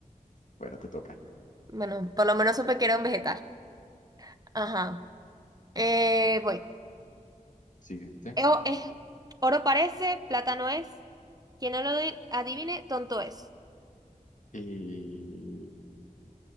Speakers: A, on the left (about 60°); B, on the right (about 25°).
A: Bueno, te toca.
B: bueno, por lo menos supe que era un vegetal. Ajá. Eh,
A: Bueno,
B: voy.
A: siguiente.
B: Eh, o- es, oro parece, plata no es. Quien no lo di- adivine, tonto es.
A: Y